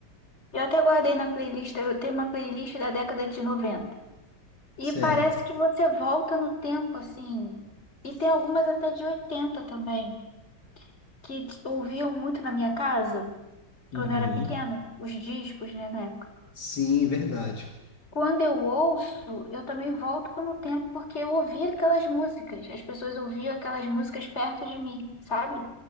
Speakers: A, on the left (about 35°); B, on the left (about 65°).
A: Eu até guardei na playlist, eu tenho uma playlist da década de noventa E
B: certo?
A: parece que você volta no tempo, assim. E tem algumas até de 80 também, que t- ouviam muito na minha casa
B: Uhum.
A: quando eu era pequena, os discos, né, na época.
B: Sim, verdade.
A: Quando eu ouço, eu também volto no tempo porque eu ouvi aquelas músicas. As pessoas ouviam aquelas músicas perto de mim, sabe?